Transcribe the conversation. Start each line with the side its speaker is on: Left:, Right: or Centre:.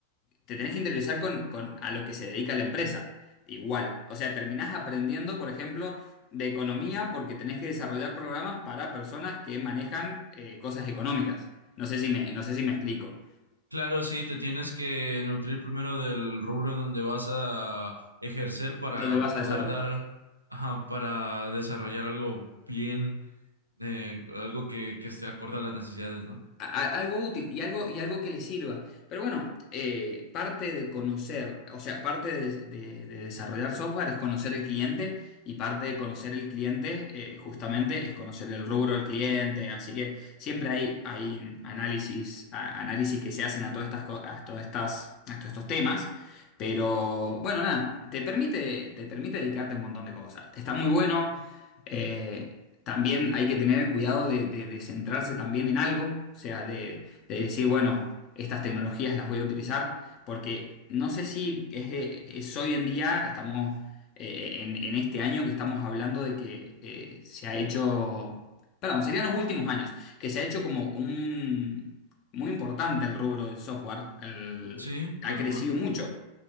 Left: te tenés que interiorizar con, con a lo que se dedica la empresa. Igual. O sea, terminás aprendiendo, por ejemplo, de economía porque tenés que desarrollar programas para personas que manejan eh, cosas económicas. No sé si me, no sé si me explico.
Right: Claro, sí, te tienes que nutrir primero del rubro en donde vas a ejercer para
Left: ¿Dónde vas a
Right: poder
Left: desarrollar?
Right: dar, ajá, para desarrollar algo bien, eh, algo que, que esté acorde a las necesidades, ¿no?
Left: a- a- algo útil y algo, y algo que le sirva. Pero bueno, eh, parte de conocer, o sea, parte de, de- de desarrollar software es conocer el cliente y parte de conocer el cliente eh, justamente es conocer el rubro del cliente. Así que siempre hay, hay análisis, a- análisis que se hacen a todas estas, co- a todas estas, a todos estos temas. Pero bueno, nada, te permite, te permite dedicarte a un montón de cosas. Está muy bueno eh, también hay que tener cuidado de, de- de centrarse también en algo, o sea, de, de decir, bueno, estas tecnologías las voy a utilizar, porque no sé si es, eh, es hoy en día, estamos eh, en, en este año que estamos hablando de que eh, se ha hecho, perdón, serían los últimos años, que se ha hecho como un, muy importante el rubro del software, el-
Right: Sí,
Left: ha
Right: tal
Left: crecido
Right: cual.
Left: mucho.